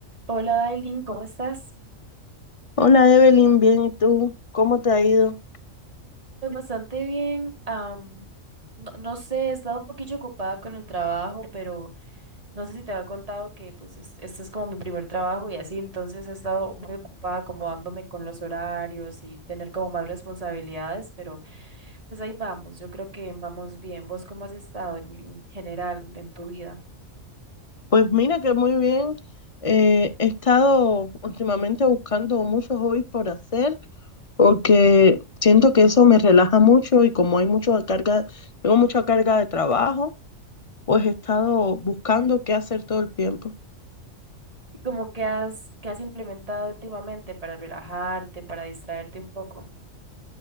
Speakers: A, on the right; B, on the left.
A: Hola Dailin, ¿cómo estás?
B: Hola Evelyn, bien, ¿y tú? ¿Cómo te ha ido?
A: Pues bastante bien. am, no, no sé, he estado un poquillo ocupada con el trabajo, pero no sé si te había contado que pues es- este es como mi primer trabajo y así, entonces he estado muy ocupada acomodándome con los horarios y tener como más responsabilidades, pero pues ahí vamos, yo creo que vamos bien. ¿Vos cómo has estado en, en general en tu vida?
B: Pues mira que muy bien. Eh, he estado últimamente buscando muchos hobbies por hacer porque siento que eso me relaja mucho y como hay mucha carga, tengo mucha carga de trabajo, pues he estado buscando qué hacer todo el tiempo.
A: ¿Y como que has, que has implementado últimamente para relajarte, para distraerte un poco?